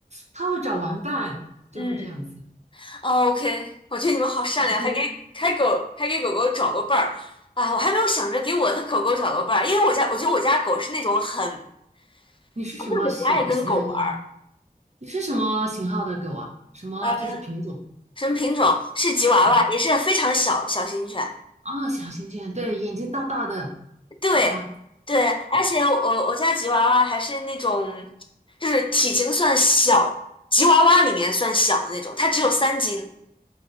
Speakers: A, on the right (about 45°); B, on the left (about 30°).
A: 它会找玩伴，就会这样子。
B: 嗯。哦，OK，我觉得你们好善良，
A: 你呢？
B: 还给还狗还给狗狗找个伴儿啊！我还没有想着给我的狗狗找个伴儿，因为我家我觉得我家狗是那种很
A: 你是什么型？
B: 就是不爱跟狗玩儿。
A: 嗯，你是什么型号的狗啊？什么就是品种？
B: 啊，什么品种？是吉娃娃，
A: 啊？
B: 也是非常小小型犬。
A: 啊，小型犬，对，眼睛大大的，
B: 对对，
A: 是吧？
B: 而且我我家吉娃娃还是那种就是体型算小，吉娃娃里面算小的那种，它只有三斤，